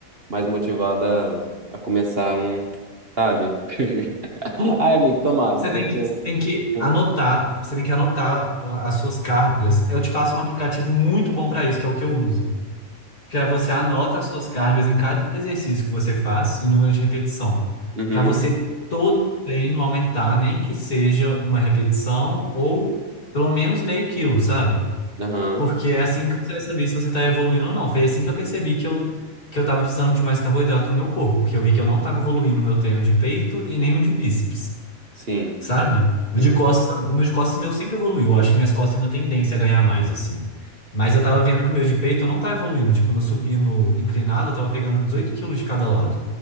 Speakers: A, on the right (about 45°); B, on the left (about 40°).
A: mais motivada a começar um, sabe? <laughs> Ai, amigo, tomara,
B: Você
A: porque.
B: tem que, tem que
A: hum,
B: anotar, você tem que anotar a- as suas cargas. Eu te passo um aplicativo muito bom para isso, que é o que eu uso. que aí você anota as suas cargas em cada exercício que você faz, o número de repetição,
A: Uhum,
B: para você todo treino aumentar, nem que seja uma repetição ou pelo menos meio quilo, sabe?
A: aham,
B: Porque é assim que você vai saber se você está evoluindo ou não. Foi assim que eu percebi que eu que eu estava precisando de mais carboidrato no meu corpo, porque eu vi que eu não estava evoluindo o meu treino de peito e nem o de bíceps.
A: sim.
B: Sabe? O
A: uhum.
B: de costas, o meu de costas meu sempre evoluiu. Eu acho que minhas costas têm uma tendência a ganhar mais, assim. Mas eu tava vendo que o meu de peito não tá evoluindo. Tipo, no supino inclinado, eu tava pegando 18 quilos de cada lado.